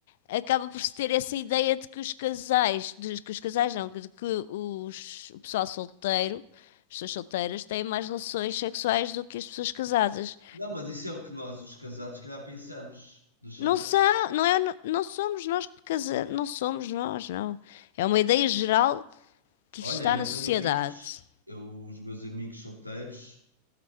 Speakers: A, on the left (about 55°); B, on the right (about 80°).
A: acaba por se ter essa ideia de que os casais, de que os casais não, de que os, o pessoal solteiro, as pessoas solteiras, têm mais relações sexuais do que as pessoas casadas.
B: Não, mas isso é o que nós, os casados, se calhar pensamos dos solteiros.
A: Não são, não é, não somos nós que casamos, não somos nós, não. É uma ideia geral que
B: Olha,
A: está
B: eu
A: na
B: tenho
A: sociedade.
B: amigos, eu, os meus amigos solteiros,